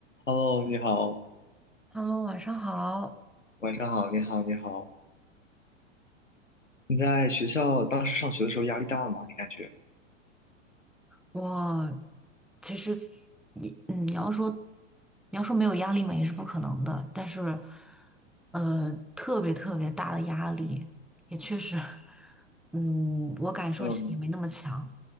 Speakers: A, on the left (about 85°); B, in the centre.
A: Hello，你好，
B: Hello，晚上好。
A: 晚上好，你好，你好。你在学校当时上学的时候压力大吗？你感觉？
B: 我其实你嗯，你要说你要说没有压力嘛，也是不可能的。但是，呃，特别特别大的压力，也确实，嗯，我感受也没那么强。
A: 嗯，